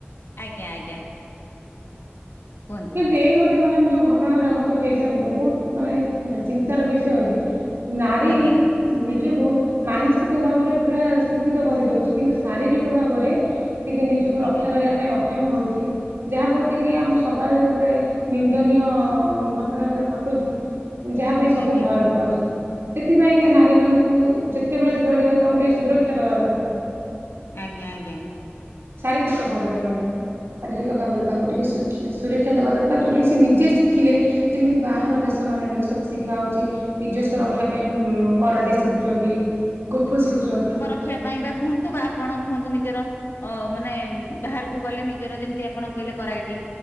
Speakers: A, on the left; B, on the right.
A: ଆଜ୍ଞା ଆଜ୍ଞା କୁହନ
B: କିନ୍ତୁ ଏଇ ଗୋଟେ ମ୍ୟାଡାମ୍ ଯୋଉ ଘଟଣା ଟା ଘଟୁଛି ଏଇଟା ବହୁତ ମାନେ ଚିନ୍ତାର ବିଷୟ ହଉଛି ନାରୀ
A: ଆଜ୍ଞା
B: ନିଜକୁ ମାନସିକ ଭାବରେ ପୁରା ଶିକ୍ଷିତ କରିଦଉଛି କିନ୍ତୁ ଶାରୀରିକ ଭାବରେ ଟିକେ ନିଜକୁ
A: ଆଜ୍ଞା
B: ରକ୍ଷା କରିବା ପାଇଁ ଅକ୍ଷମ ହଉଛି ଯାହା ପ୍ରତି କି ଆମ ସ ସମାଜରେ ଗୋଟେ ନିନ୍ଦନୀୟ ଘଟଣା ଗୁରା ଘଟୁଛି ଯାହା ପାଇଁ ସ ସବୁ
A: ଆଜ୍ଞା
B: ଭୟଭୀତ ଅଛନ୍ତି। ସେଥିପାଇଁକା ନାରୀମାନଙ୍କୁ ଯେତେବେଳେ ଯୁଆଡ଼େ ଯାଉଛୁ ତାଙ୍କୁ ଟିକେ ସୁରକ୍ଷା ଦବା ଦରକାର।
A: ଆଜ୍ଞା ଆଜ୍ଞା।
B: ଶାରୀରିକ ଭାବରେ ମ୍ୟାଡ଼ାମ୍। ଶାରୀରିକ ଭାବରେ ତାଙ୍କୁ ଟିକେ ସୁରକ୍ଷା ସୁରକ୍ଷା ଦବା ଦରକାର ଯୋଉଟାକି ସେ ନିଜେ ଶିଖିଲେ ଯେମିତି ବାହାର ଦେଶ ମାନଙ୍କେରେ ସବୁ ଶିଖା ହଉଛି ନିଜ ସୁରକ୍ଷା ପାଇଁ ଉଁ କରାଡି ଶି ଶିଖୁଛନ୍ତି କୁମ୍ଫୁ ଶିଖୁଛନ୍ତି।
A: ରଖିବା ପାଇଁ ବା କୁହନ୍ତୁ ବା ଆପଣ କୁହନ୍ତୁ ନିଜର ଅ ମାନେ ବାହାରକୁ ଗଲେ ନିଜର ଯେମିତି ଆପଣ କହିଲେ କରାଡି